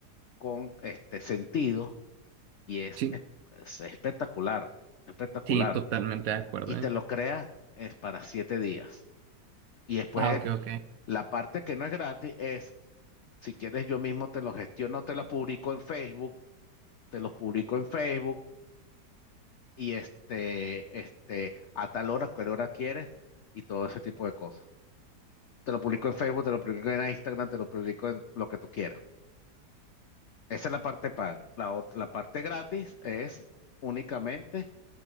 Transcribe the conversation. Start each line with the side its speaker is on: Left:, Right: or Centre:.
Left: con este sentido. Y es
Right: Sí,
Left: es- es espectacular, espectacular.
Right: sí, totalmente de acuerdo,
Left: y te
Right: ¿eh?
Left: lo crea es para siete días. Y después
Right: Ah, ok, ok.
Left: la parte que no es gratis es, si quieres yo mismo te lo gestiono, te lo publico en Facebook, te lo publico en Facebook y este, este, a tal hora, cual hora quieres y todo ese tipo de cosas. Te lo publico en Facebook, te lo publico en Instagram, te lo publico en lo que tú quieras. Esa es la parte paga. La, ot- la parte gratis es únicamente,